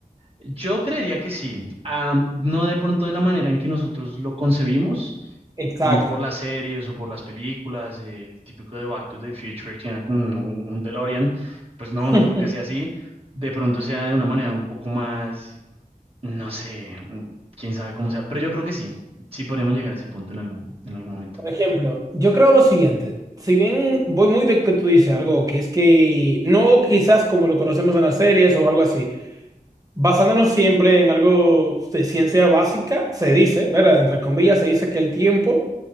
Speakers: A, on the right (about 40°); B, on the right (about 20°).
A: yo creería que sí. Ah, no de pronto de la manera en que nosotros lo concebimos,
B: exacto.
A: de pronto por las series o por las películas, el típico de Back to the Future que era con un, un DeLorean, pues no, no
B: <laughs>
A: creo que sea así. De pronto sea de una manera un poco más no sé, mm, quién sabe cómo sea, pero yo creo que sí, sí podríamos llegar a ese punto en algún, en algún momento.
B: Por ejemplo, yo creo lo siguiente. Si bien voy muy de que tú dices algo, que es que no quizás como lo conocemos en las series o algo así, basándonos siempre en algo de ciencia básica, se dice, ¿verdad? Entre comillas, se dice que el tiempo,